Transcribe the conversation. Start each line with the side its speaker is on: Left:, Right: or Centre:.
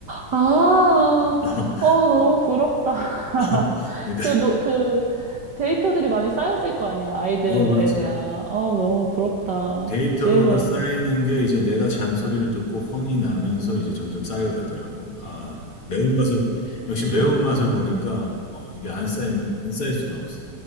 Right: 아,
Left: <laughs>
Right: 어, 너무 부럽다. <laughs>
Left: 어, 그러니까
Right: 그, 너, 그, 데이터들이 많이 쌓였을 거 아니야, 아이들에
Left: 어 그렇지
Right: 대한. 어, 너무 부럽다.
Left: 데이터가
Right: 지혜로운.
Left: 쌓이는 게 이제 내가 잔소리를 듣고 혼이 나면서 이제 점점 쌓여가더라고 아 매운맛을 역시 매운맛을 보니까 어, 이게 안 쌓이면 안 쌓일 수가 없어